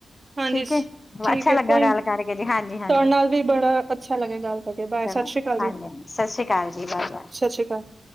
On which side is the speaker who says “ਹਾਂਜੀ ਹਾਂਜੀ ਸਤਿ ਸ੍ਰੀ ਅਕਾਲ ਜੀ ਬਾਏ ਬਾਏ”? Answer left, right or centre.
Left